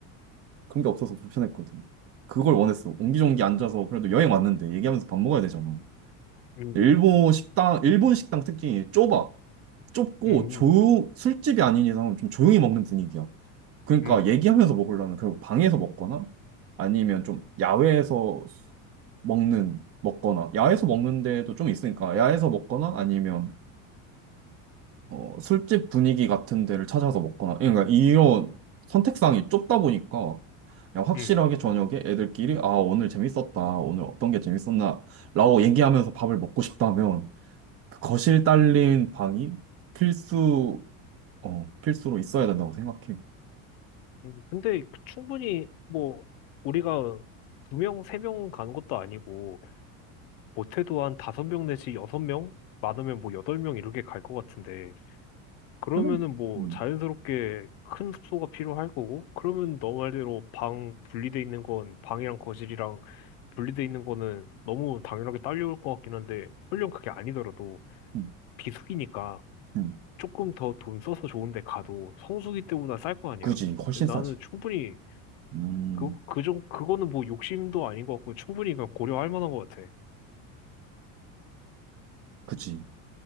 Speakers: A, on the right (about 35°); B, on the left (about 75°).
A: 그런 게 없어서 불편했거든. 그걸 원했어. 옹기종기 앉아서 그래도 여행 왔는데 얘기하면서 밥 먹어야 되잖아.
B: 음
A: 일본 식당, 일본 식당 특징이 좁아. 좁고
B: 음
A: 조 술집이 아닌 이상은 좀 조용히 먹는 분위기야. 그러니까
B: 음
A: 얘기하면서 먹으려면 결국 방에서 먹거나 아니면 좀 야외에서 먹는 먹거나 야외에서 먹는 데도 좀 있으니까 야외에서 먹거나 아니면 어, 술집 분위기 같은 데를 찾아서 먹거나, 그러니까 이런 선택상이 좁다 보니까, 그냥 확실하게
B: 음
A: 저녁에 애들끼리, 아, 오늘 재밌었다, 오늘 어떤 게 재밌었나, 라고 얘기하면서 밥을 먹고 싶다면, 그 거실 딸린 방이 필수, 어, 필수로 있어야 된다고 생각해.
B: 음 근데 충분히 뭐 우리가 두 명 세 명 가는 것도 아니고 못해도 한 다섯 명 내지 여섯 명 많으면 뭐 여덟 명 이렇게 갈 것 같은데 그러면은
A: 나는,
B: 뭐
A: 음,
B: 자연스럽게 큰 숙소가 필요할 거고 그러면 너 말대로 방 분리돼 있는 건 방이랑 거실이랑 분리돼 있는 거는 너무 당연하게 딸려올 것 같긴 한데 설령 그게 아니더라도
A: 음,
B: 비수기니까
A: 음.
B: 조금 더 돈 써서 좋은 데 가도 성수기 때보다 쌀 거 아니야.
A: 그지, 훨씬
B: 근데
A: 싸지.
B: 나는 충분히
A: 음,
B: 그, 그정 그거는 뭐 욕심도 아닌 것 같고 충분히 그냥 고려할 만한 것 같아.
A: 그지.